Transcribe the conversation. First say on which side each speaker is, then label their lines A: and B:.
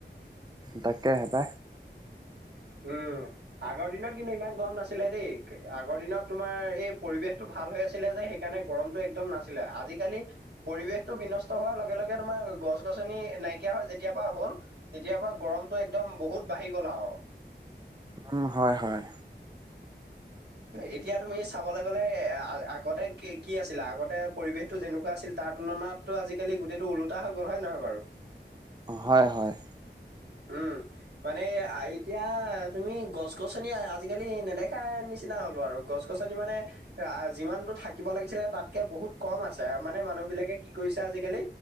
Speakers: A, on the right; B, on the right.
A: তাকে হ'ব।
B: উম'। আগৰ দিনত কিন্তু ইমান গম নাছিলে দেই, আগৰ দিনত তোমাৰ এই পৰিৱেশতটো ভাল হৈ আছিলে যে। সেইকাৰণে গৰমতটো একদম নাছিলে, আজিকালি পৰিৱেশতটো বিনষ্ট হোৱাৰ লগে লগে তোমাৰ গছ- গছনি নাইকিয়া হয় যেতিয়া পৰা হ'ল, তেতিয়াৰ পৰা গৰমতটো একদম বহুত বাঢ়ি গ'ল আৰু
A: উম, হয়-হয়।
B: এতিয়া তুমি চাবলৈ গ'লে এ আগতে কি, কি আছিলে আগতে পৰিৱেশতটো যেনেকুৱা আছিল তাৰ তুলনাতো আজিকালি গোটেইটো ওলোটা হৈ গ'ল হয়, নহয় বাৰু?
A: হয়-হয়।
B: উম, মানে এতিয়া তুমি গছ-গছনি, আজিকালি নেদেখা নিচিনা হ'লো আৰু গছ গছনি মানে অ' যিমানতো থাকিব লাগিছিলে তাতকে বহুত কম আছে। মানে মানুহ বিলাকে কি কৰিছে আজিকালি